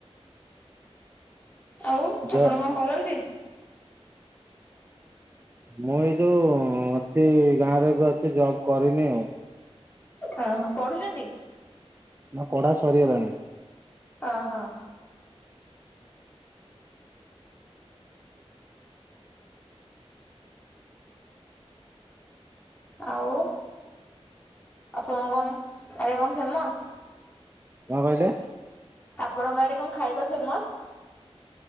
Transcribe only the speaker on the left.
ଆଉ
ଆପଣ କଂ କରନ୍ତି।
ଆ ହାଁ ପଢୁଚନ୍ତି।
ଅହ। ଆଉ ଆପଣ କନ୍ ଏଡ଼େ କନ୍ ଫେମସ୍।
ଆପଣଙ୍କ ଆଡେ କଂ ଖାଇବା ଫେମସ୍।